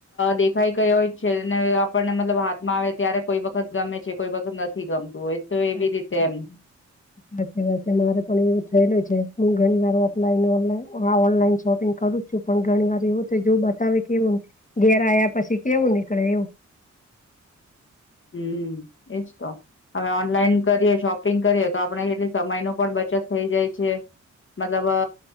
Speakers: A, on the left; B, on the left.
A: દેખ્ થઈ ગઈ હોય છે. ને આપણને મતલબ હાથમાં આવે ત્યારે કોઈ વખત ગમે છે કોઈ વખત નથી ગમતું હોય. તો એવી
B: સાચી
A: રીતે
B: વાત.
A: એમ.
B: સાચી વાત મારે પણ એવું થયેલું છે. હું ઘણી વાર ઓફલાઈન ઓ આ ઓનલાઈન શોપિંગ કરું. પણ ઘણી વાર એવું થઈ જાય તો જો બતાવે કેવું ઘેર આવ્યા પછી કેવું નીકળે એવું.
A: હમ્મ, એજ તો. હવે ઓનલાઈન કરીએ શોપ આયથીન્ગ કરે એ તો આપણે એટલે સમય નો પણ બચત થઈ જાય છે. મતલબ અ